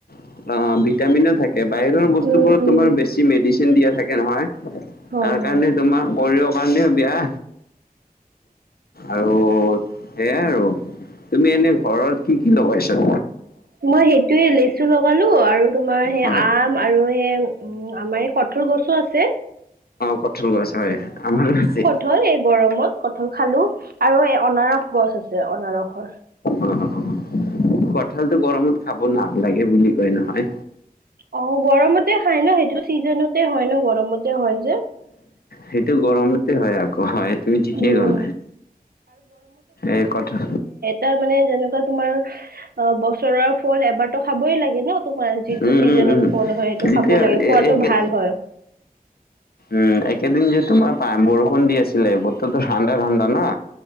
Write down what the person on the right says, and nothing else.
উম উম
হয়
হয়
মই সেইটোয়ে লেচু লগালো আৰু তোমাৰ সেই
আম আৰু সেই উম আমাৰ এই কঠাল গছো আছে।
কঠাল এই গৰমত কঠাল খালোঁ আৰু এই অনাৰস গছ আছে অনাৰসৰ
অ গৰমতে খাই ন সেইটো চিজনতে হয় ন গৰমতে হয় যে
উম
তাৰ মানে যেনেকুৱা তোমাৰ অ বছৰৰ ফল এবাৰ টো খাবই লাগে ন তোমাৰ যিটো
চিজনৰ
ফল হয় সেইটো
খাব লাগে খোৱাতটো
ভাল হয়